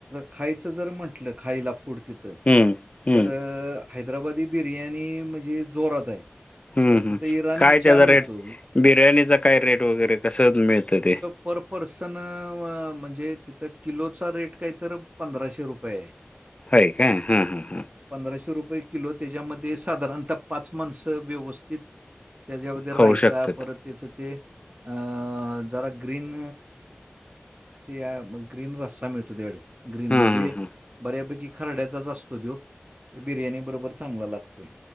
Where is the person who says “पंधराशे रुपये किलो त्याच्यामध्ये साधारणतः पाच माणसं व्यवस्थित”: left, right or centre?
Right